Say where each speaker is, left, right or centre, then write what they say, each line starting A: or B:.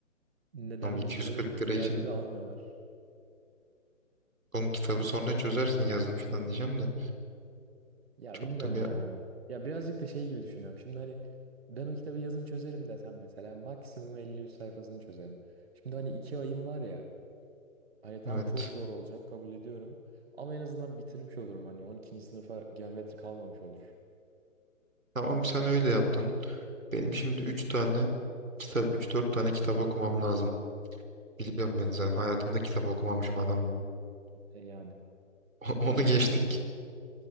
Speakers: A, on the right; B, on the right.
A: Neden
B: Ama 240
A: bilmiyorum.
B: lira
A: İade
B: için
A: de almıyorlar.
B: onun kitabı sonra çözersin yazın filan diyeceğim de.
A: Ya
B: Çok
A: bilmiyorum
B: da bir...
A: ya. Ya birazcık da şey gibi düşünüyorum. Şimdi hani ben o kitabı yazın çözerim desem mesela maksimum 50-100 sayfasını çözerim. Şimdi hani 2 ayım var ya. Hani tamam
B: Evet.
A: çok zor olacak kabul ediyorum. Ama en azından bitirmiş olurum hani 12. sınıfa geometri kalmamış olur.
B: Tamam sen öyle yaptın. Benim şimdi 3 tane kitap, üç dört tane kitap okumam lazım. Biliyorum ben zaten hayatımda kitap okumamışım adam gibi.
A: E yani
B: <laughs> Onu
A: bilmez
B: geçtik.
A: miyim?